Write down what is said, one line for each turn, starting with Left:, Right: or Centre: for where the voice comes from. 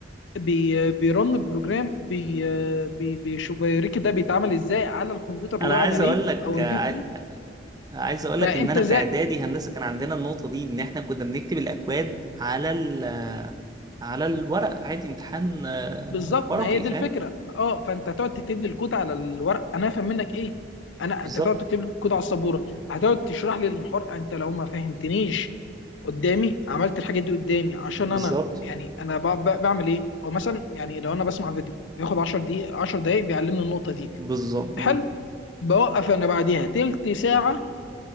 Left: بي بيرن بروجرام بي بي بيشوف بيوريك ده بيتعمل ازاي على الكمبيوتر
Right: انا
Left: اللي هو
Right: عايز
Left: قاعد عليه
Right: اقول لك
Left: او البي
Right: عاي-
Left: سي
Right: عايز اقول
Left: فانت
Right: لك ان انا
Left: زي
Right: في اعدادي هندسه كان عندنا النقطه دي ان احنا كنا بنكتب الاكواد على ال على الورق عادي امتحان آه،
Left: بالظبط
Right: ورقي
Left: ما هي دي
Right: فاهم
Left: الفكره اه فانت هتقعد تكتب لي الكود على الورق انا هفهم منك ايه انا
Right: بالظبط
Left: انت هتقعد تكتب لي الكود على السبوره هتقعد تشرح لي المحور انت لو ما فهمتنيش قدامي عملت الحاجات دي قدامي عشان
Right: بالظبط
Left: انا يعني انا ب- ب- بعمل ايه هو مثلا يعني لو انا بسمع فيديو بياخد 10 دقيقة 10 دقايق بيعلمني النقطة دي
Right: بالظبط مم.
Left: حلو بوقف انا بعديها تلت ساعة